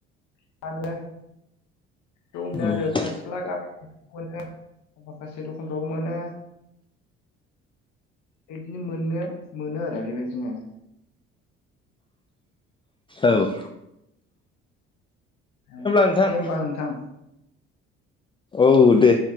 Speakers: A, on the left; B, on the left.
A: फानो दंनाय
B: औ दे
A: आरो खाथिला गाम अने आखासेर' फनखौ मोनो। बिदिनो मोननो मोनो आरो बेबायदिनो ।
B: औ।
A: औ
B: नोंथां
A: दे होमबा नोंथां।
B: औ दे।